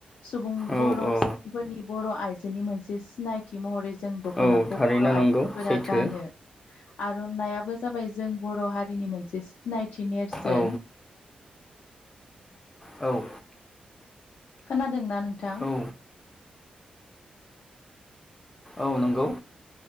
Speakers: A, on the left (about 80°); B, on the left (about 15°).
A: सुबुं
B: औ
A: बर'
B: औ
A: फोरनि बर' आइजोनि मोनसे सिनायथि महरै जों दखनाखौ
B: औ थारैनो
A: बर' आइजोफोरा
B: नंगौ सैथो
A: गानो आर'नाइयाबो जाबाय जों बर' हारिनि मोनसे सिनायथि नेरसोन
B: औ औ
A: खोनादोंना नोंथां
B: औ औ नंगौ